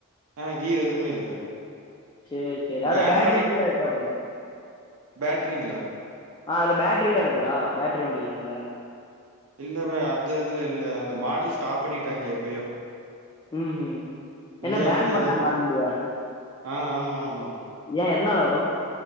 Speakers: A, on the right; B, on the left.
A: ஆ கீர் எதுமே இல்ல
B: சேரி சேரி ஆன
A: பேன்
B: பேட்ரி வண்டில இருக்கா ப்ரோ
A: பேட்ரீங்களா
B: ஆ அது பேட்ரில இருக்குதா பேட்ரி வண்டிலா அதுல
A: இல்ல பா அந்த இதுல இல்ல அந்த மாடல் ஸ்டாப் பண்ணிட்டாங்க எப்பயோ
B: ம் ம் என்ன
A: இந்தியால
B: பேன்
A: இருந்தே
B: பண்ட்டாங்களா
A: அது
B: அந்த வண்டிய
A: ஆ ஆமா ஆமா
B: ஏ எதுனால ப்ரோ